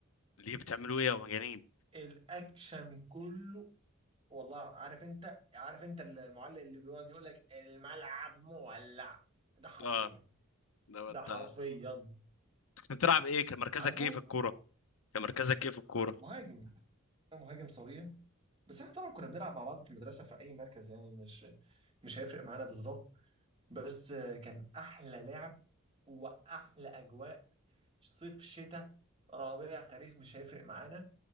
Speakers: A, on the left; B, on the right.
A: ليه بتعملوا ايه يا مجانين
B: الاكشن كله والله عارف انت عارف انت المعلق اللي بيقعد يقول لك الملعب مولع ده حرفيا
A: اه ده
B: ده حرفيا
A: ده- كنت بتلعب ايه كان مركزك
B: عارفه
A: ايه في الكوره كان مركزك ايه في الكوره
B: مهاجم انا مهاجم صريح بس احنا طبعا كنا بنلعب مع بعض في المدرسه في اي مركز يعني مش مش هيفرق معانا بالظبط بس كان احلى لعب واحلى اجواء صيف شتاء ربيع خريف مش هيفرق معانا